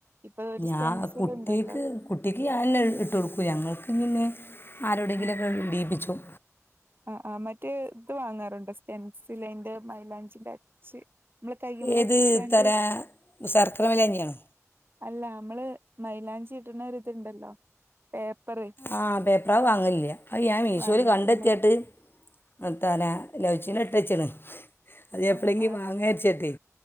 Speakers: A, on the right (about 40°); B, on the left (about 40°).
A: ഇപ്പൊ ഒരു
B: ഞാൻ
A: സ്റ്റെൻസില്
B: കുട്ടിക്ക്
A: ഇണ്ടല്ലോ
B: കുട്ടിക്ക് ഞാനെന്നെ ഇട്ട് കൊടുക്കും ഞങ്ങൾക്ക് പിന്നെ ആരോടെങ്കിലൊക്കെ
A: ഉം
B: ഇഡീപ്പിച്ചും.
A: ആഹ് ആഹ് മറ്റേ ഇത് വാങ്ങാറുണ്ടോ സ്റ്റെൻസിലെന്റെ മൈലാഞ്ചിന്റെ അച്ച് നമ്മള് കയ്യ്മ്മല്
B: ഏത്
A: ഒട്ടിച്ചാണ്ട്
B: തരാ സർക്കര മൈലാഞ്ചിയാണോ
A: അല്ല അമ്മള് മൈലാഞ്ചി ഇട്ണോരു ഇത്ണ്ടല്ലോ പേപ്പറ്
B: ആഹ് പേപ്പറാ വാങ്ങല്ലില്ല അഹ് ഞാൻ മീശോല്
A: വാങ്ങിയില്ലല്ലേ
B: കണ്ടെത്തിയിട്ട് ഞാത്തല ലവ് ചിഹ്നം ഇട്ട്ച്ച്ണ് അത് എപ്പളങ്കി
A: ആഹ് ആഹ്
B: വാങ്ങാച്ചിട്ടേ